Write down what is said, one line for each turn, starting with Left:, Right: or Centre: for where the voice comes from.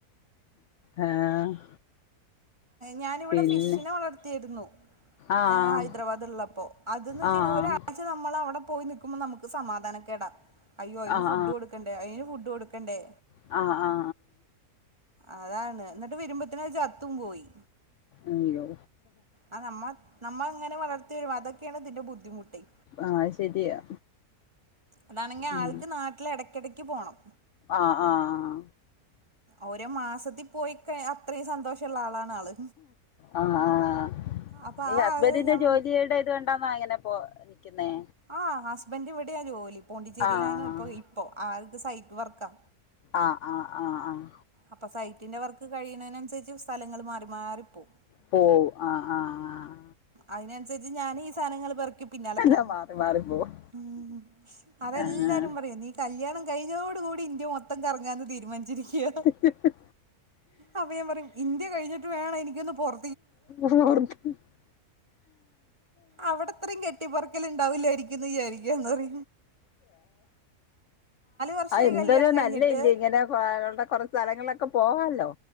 Left: ആഹ്.
Right: ഞാനിവിടെ
Left: പിന്നെ
Right: ഫിഷിനെ വളർത്തിയിരുന്നു.
Left: ആഹ്
Right: ഞാൻ ഹൈദരാബാദ് ഉള്ളപ്പോ അത് ന് വെച്ചഴിഞ്ഞാൽ
Left: ആഹ്
Right: ഒരാഴ് ഒരാഴ്ച നമ്മളവിടെ പോയി നിക്കുമ്പോ നമുക്ക് സമാധാന കേടാ അയ്യോ അതിന്
Left: ആഹ്
Right: ഫുഡ് കൊടുക്കണ്ടേ. അതിന് ഫുഡ് കൊടുക്കണ്ടേ.
Left: ആ, ആ, ആ.
Right: അതാണ് ന്ന്ട്ട് വരുമ്പത്തിനഅത് ചത്തുംപോയി.
Left: അയ്യോ.
Right: ആ നമ്മ നമ്മൾങ്ങനെ വളർത്തിവരും അതൊക്കേണ് ഇതിന്റെ ബുദ്ധിമുട്ടയ്.
Left: ആഹ് ശരിയാ
Right: അതാണെങ്കി
Left: ഉം
Right: ആൾക്ക് നാട്ട്ല് എടക്കേടക്ക് പോണം.
Left: ആഹ് ആഹ്.
Right: ഓരോ മാസത്തി പോയിക്ക അത്ര്യം സന്തോഷള്ള ആളാണ് ആള്.
Left: ആഹ്
Right: അപ്പൊ
Left: ഈ
Right: ആ
Left: ഹസ്ബന്റിന്റെ
Right: ആള് ഞാൻ
Left: ജോലിയുടെ ഇത് എവടന്നാ ഇങ്ങനെ പോ നിക്കുന്നേ?
Right: ആഹ് ഹസ്ബൻഡ് ഇവടെയാ ജോലി പോണ്ടിച്ചേരീലാണ്
Left: ആഹ്
Right: ഇപ്പ ഇപ്പൊ ആൾക്ക് സൈറ്റ് വർക്കാ.
Left: ആഹ് ആഹ് ആഹ് ആഹ്.
Right: അപ്പൊ സൈറ്റിന്റെ വർക്ക് കഴിയ്ണെനൻസര്ച്ച് സ്ഥലങ്ങള് മാറി മാറിപ്പോ
Left: പ്പോവും ആഹ് ആഹ് ആഹ്.
Right: അയ്നൻസര്ച്ച് ഞാനീ സാനങ്ങള് പെർക്കി പിന്നാലപോണം
Left: എല്ലാം മാറി മാറി പോവും
Right: ഉം അതെല്ലാരും
Left: ആഹ്
Right: പറയും നീ കല്യാണംകഴിഞോട് കൂടി ഇന്ത്യ മൊത്തം കറങ്ങാന്ന് തീര്മാൻച്ചിരിക്യാ.
Left: ഉ
Right: അപ്പഞാംപറയും ഇന്ത്യ കഴിഞ്ഞിട്ട് വേണം എനിക്കൊന്ന് പോർ
Left: <unintelligible>
Right: അവടത്രിം കെട്ടിപ്പർക്കല്ണ്ടാവില്ലേയ്രിക്കുംന്ന് വിചാരിക്കാന്ന്റയും. വർഷമായി
Left: എന്താലുംനല്ലഎല്ലേ
Right: കല്യാണം കഴിഞ്ഞിട്ട്
Left: ഇങ്ങനെപാടെ കൊർ സ്ഥലങ്ങൾളക്ക പോവാല്ലോ.